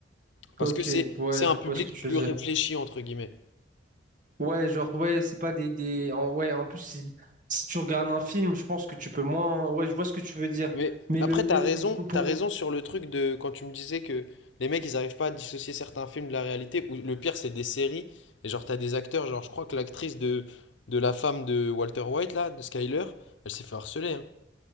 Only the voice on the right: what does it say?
ok,
ouais,
je
vois ce que tu
veux dire.
Ouais, genre, ouais, c'est pas des, des... En, ouais, en plus, si, si tu regardes un film, je pense que tu peux moins... Ouais, je vois ce que tu veux dire.
Mais
le, le,
le- pour...